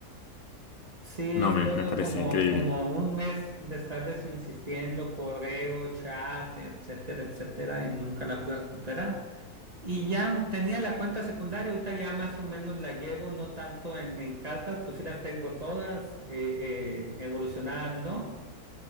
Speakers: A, on the right (about 25°); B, on the left (about 65°).
A: Sí,
B: No, me,
A: fueron
B: me parece
A: como,
B: increíble.
A: como un mes de estarles insistiendo, correo, chat, etcétera, etcétera, y nunca la pude recuperar. Y ya tenía la cuenta secundaria, ahorita ya más o menos la llevo, no tanto en, en cartas, pues sí las tengo todas, eh, eh, evolucionadas, ¿no?